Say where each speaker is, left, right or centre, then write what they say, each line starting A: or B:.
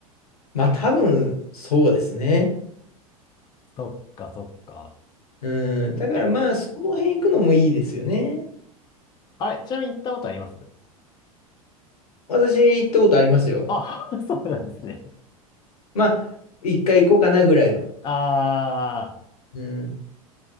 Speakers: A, on the left (about 80°); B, on the left (about 25°).
A: まあ、多分、そうですね。
B: そっかそっか。
A: うん。だからまあ、
B: え、
A: その辺行くのもいいですよね。
B: あれ、ちなみに行ったことあります
A: 私行ったことありますよ。
B: あ、<laughs> そうなんですね。
A: まあ、一回行こうかなぐらいの。
B: ああ。
A: うん。